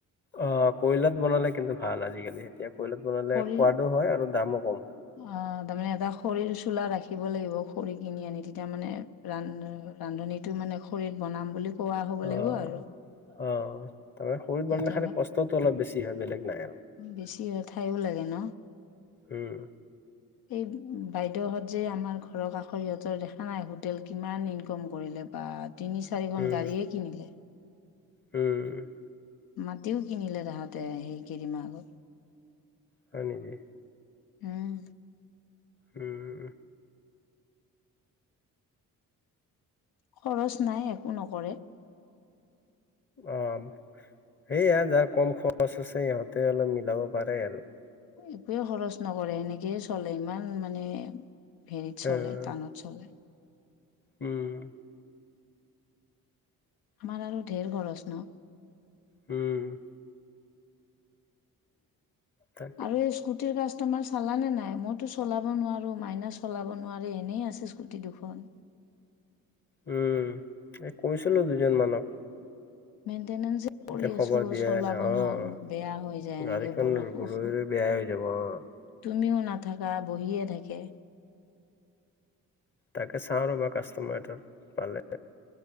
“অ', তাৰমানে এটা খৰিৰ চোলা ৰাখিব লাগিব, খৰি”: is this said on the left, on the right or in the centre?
Left